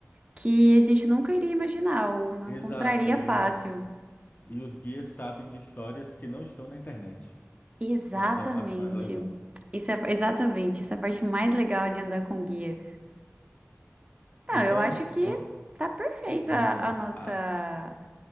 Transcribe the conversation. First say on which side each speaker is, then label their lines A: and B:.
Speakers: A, on the right; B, on the left.
A: que a gente nunca iria imaginar ou não
B: Exato,
A: encontraria
B: e
A: fácil.
B: os, e os guias sabem de histórias que não estão na internet.
A: Exatamente.
B: Essa é a parte mais legal.
A: Isso é exatamente essa é a parte mais legal de andar com guia. Não,
B: Então,
A: eu acho que
B: vam-
A: tá perfeito
B: vamos
A: a,
B: lá.
A: a nossa
B: A-